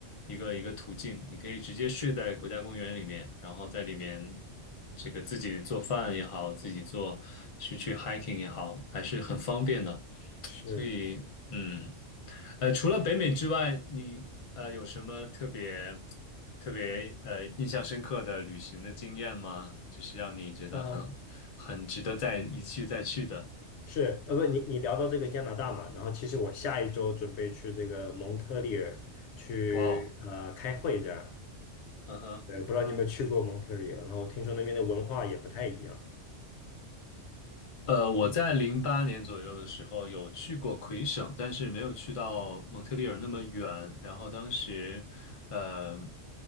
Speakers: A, on the left; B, on the left.
A: 一个一个途径。你可以直接睡在国家公园里面，然后在里面这个自己做饭也好，自己做去去 hiking 也好，还是很方便的。
B: 是。
A: 所以，嗯，呃，除了北美之外，你呃有什么特别特别呃印象深刻的旅行的经验吗？就是让你觉得很很值得再一去再去的。
B: 嗯，是，呃，不，你你聊到这个加拿大嘛，然后其实我下一周准备去这个蒙特利尔去呃开会这样，
A: 哇哦，嗯哼。
B: 对，不知道你有没有去过蒙特利尔，然后听说那边的文化也不太一样。
A: 呃，我在零八年左右的时候有去过魁省，但是没有去到蒙特利尔那么远。然后当时，呃，